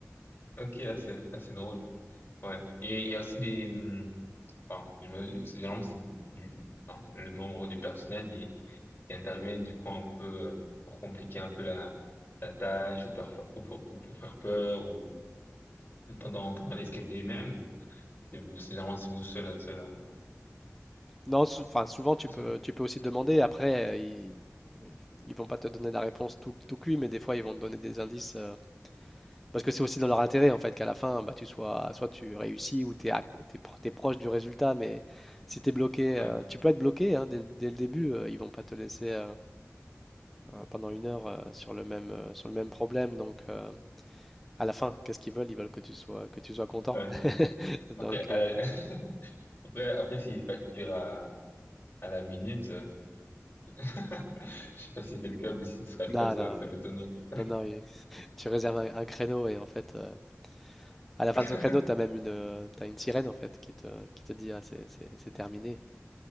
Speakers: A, on the left (about 40°); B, in the centre.
A: Ok, ah, c'est ah, c'est drôle. Ouais. Et il y a aussi des... hum, Enfin, je me- c'est- généralement, c'est du... Enfin, le membre du personnel, mais qui interviennent du coup un peu euh, pour compliquer un peu la, la tâche ou, perf- ou pour, ou pour faire peur ou pendant, pendant l'escape game même ou c'est vous, c'est généralement c'est vous seul à seul à
B: Non, sou- enfin, souvent, tu
A: seul.
B: peux, tu peux aussi demander. Après, euh, ils, ils vont pas te donner la réponse tout, tout cuit, mais des fois, ils vont te donner des indices. euh, parce que c'est aussi dans leur intérêt, en fait, qu'à la fin, bah, tu sois, soit tu réussis ou tu es, proche du résultat. Mais si tu es bloqué,
A: Ouais,
B: euh, tu peux être bloqué hein, dès, dès le début. euh, ils vont pas te laisser. euh, euh, pendant une heure euh, sur le même, euh, sur le même problème. Donc, euh, à la fin, qu'est-ce qu'ils veulent? Ils veulent que tu sois, que tu sois content.
A: ouais.
B: <laughs> Donc,
A: Après, à
B: euh,
A: la- <laughs> après, après s'il facture à, à la minute, euh, <laughs> je sais pas si c'est le cas, mais si ce sera le
B: non,
A: cas, ça,
B: non,
A: ça m'étonnerait.
B: il-
A: quoi.
B: non, non, il- tu réserves un, un créneau et en fait, euh, à la fin
A: <laughs>
B: de ce créneau, tu as même une, euh, t'as une sirène en fait qui te, qui te dit, ah, c'est c'est- c'est terminé.